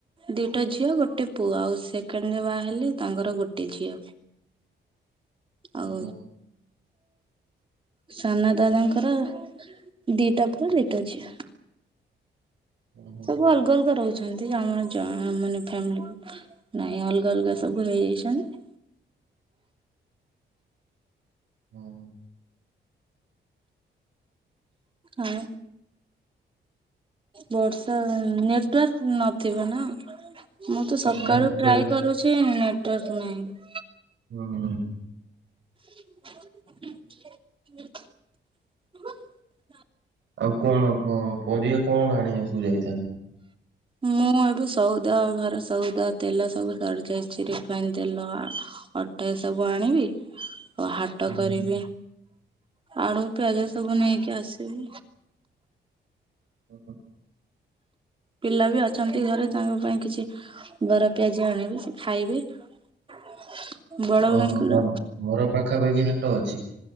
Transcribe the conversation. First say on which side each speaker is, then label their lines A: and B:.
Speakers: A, on the right; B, on the right.
A: ଦିଟା ଝିଅ ଗୋଟେ ପୁଅ ଆଉ ସେକେଣ୍ଡ ଯୋବାହେଲେ ତାଙ୍କର ଗୋଟେ ଝିଅ। ଆଉ
B: ଓହୋ
A: ସାନ ଦାଦାଙ୍କର ଦିଟା ପୁଅ ଦିଟା ଝିଅ।
B: ଓହୋ
A: ସବୁ ଅଲଗା ଅଲଗା ରହୁ ସେମିତି ଆମର ଯଏଁ ମାନେ ଫ୍ୟାମିଲି ବି ନାଇଁ ଅଲଗା ଅଲଗା ସବୁ ହେଇଯାଇଛନ୍ତି।
B: ଓହୋ।
A: ଆଁ? ବର୍ଷା ନେଟୱାର୍କ ନଥିବ ନା। ମୁଁ ତ ସକାଳୁ
B: ନା ନେଟୱାର୍କ
A: ଟ୍ରାଏ କରୁଛି ନେଟୱାର୍କ ନାଇଁ।
B: ହୁଁ ହୁଁ।
A: <unintelligible>
B: ଆଉ କଣ କ ପରିବା କଣ ଆଣିବାକୁ ସବୁ ଯାଇଥାନ୍ତ?
A: ମୁଁ ଏବେ ସଉଦା ଘରେ ସଉଦା ତେଲ ସବୁ ସରି ଯାଇଛି ରିଫାଇନ ତେଲ ଆ ଅଟା ସବୁ ଆଣିବି। ଓ ହାଟ
B: ହୁଁ
A: କରିବି
B: ହୁଁ।
A: ଆଳୁ ପିଆଜ ସବୁ ନେଇକି ଆସିବି।
B: ଓହୋ।
A: ପିଲା ବି ଅଛନ୍ତି ଘରେ ତାଙ୍କ ପାଇଁ କିଛି ବରା ପିଆଜି ଆଣିବି ସେ ଖାଇବେ। <inaudible>
B: ଓହୋ
A: ଭାଇଙ୍କର
B: ଘର ଘର ପାଖାପାଖି ହାଟ ଅଛି?